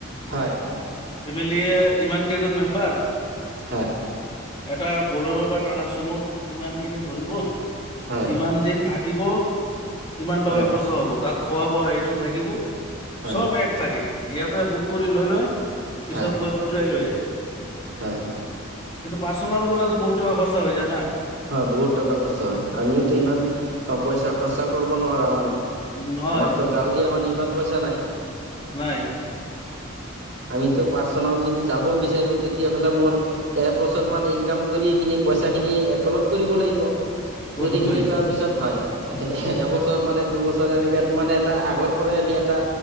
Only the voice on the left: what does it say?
কীয়ে ইমান কৈছিজন মেম্বাৰ
এটা বলেৰো বা টাটা চুমুত ইমানখিনি ধৰিব,
ইমান দিন থ থাকিব, ইমান টকা
খৰচা হ'ব। তাত খোৱা, বোৱা এইটো থাকিব।
চব এড থাকে, সিহঁতে বুক কৰি লৈ লয়, পিছত
লৈ ফুৰাই লৈ আহে।
কিন্তু পাৰ্চনাল গলেনু বহুত টকা খৰচা হৈ যায় না।
নহয়
নাই।
কৰিব
লাগিব